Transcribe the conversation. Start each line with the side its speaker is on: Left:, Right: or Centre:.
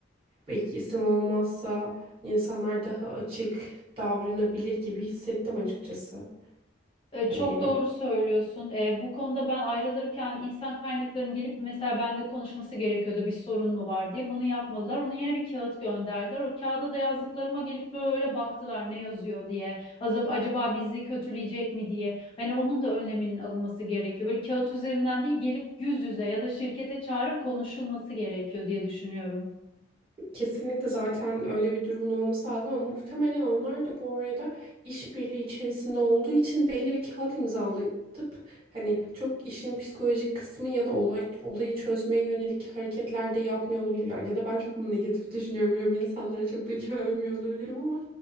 Right: Belki isim olmazsa insanlar daha açık davranabilir gibi hissettim açıkçası.
Left: E, Çok
Right: Hani
Left: doğru söylüyorsun. E, bu konuda ben ayrılırken insan kaynaklarının gelip mesela bende konuşması gerekiyordu bir sorun mu var diye. Bunu yapmadılar. Onu yine bir kağıt gönderdiler. O kağıda da yazdıklarıma gelip böyle baktılar ne yazıyor diye. Acaba, acaba bizi kötüleyecek mi diye. Hani onun da önleminin alınması gerekiyor. Böyle kağıt üzerinden değil gelip yüz yüze ya da şirkete çağırıp konuşulması gerekiyor diye düşünüyorum.
Right: Kesinlikle zaten öyle bir durumun olması lazım ama muhtemelen onlar da bu arada işbirliği içerisinde olduğu için belli bir kağıt imzalatıp hani çok işin psikolojik kısmı ya da olay, olayı çözmeye yönelik hareketler de yapmıyor olabilirler. Ya da ben çok mu negatif düşünüyorum. Yani insanları çok da güvenmiyor olabilirim ama